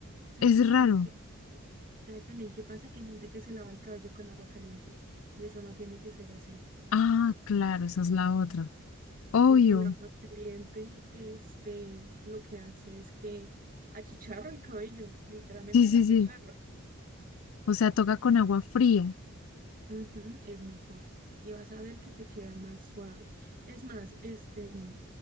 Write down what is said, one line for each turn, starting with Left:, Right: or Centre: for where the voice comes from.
Right: ¿Sabes
Left: Es
Right: también
Left: raro.
Right: qué pasa? ¿Sabes también qué pasa? Que hay gente que se lava el cabello con agua caliente y eso no tiene que ser así,
Left: Ah, claro, esa es la otra. Obvio.
Right: porque el agua caliente, este, lo que hace es que achicharra el cabello, literalmente
Left: Sí, sí,
Right: lo achicharra.
Left: sí. O sea, toca con agua fría.
Right: Ujú, es mejor y vas a ver que te queda más suave. Es más, este,